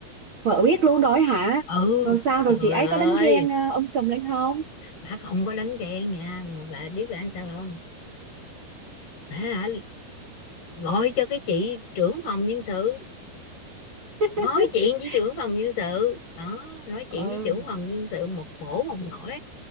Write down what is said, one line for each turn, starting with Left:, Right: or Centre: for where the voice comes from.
Right: vợ biết luôn rồi hả
Left: ừ
Right: rồi sao rồi
Left: trời
Right: chị ấy
Left: ơi
Right: có đánh ghen ờ, um sùm lên không
Left: bà không có đánh ghen nha mà bà biết bà sao không bà hả, gọi cho cái chị trưởng phòng nhân sự
Right: <laughs>
Left: nói chuyện với trưởng phòng nhân sự đó nói chuyện
Right: ừ
Left: với trưởng phòng nhân sự một khổ một nỗi